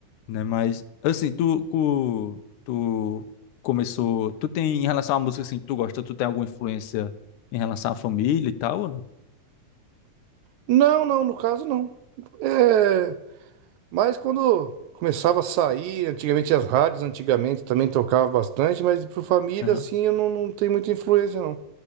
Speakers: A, on the left; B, on the right.
A: né? Mas, assim, tu, tu, tu começou. Tu tem, em relação à música, assim, que tu gosta, tu tem alguma influência em relação à família e tal, ou não?
B: Não, não, no caso não. É, mas quando começava a sair, antigamente as rádios antigamente também tocava bastante, mas por família
A: Aham,
B: assim eu não, não tenho muita influência não.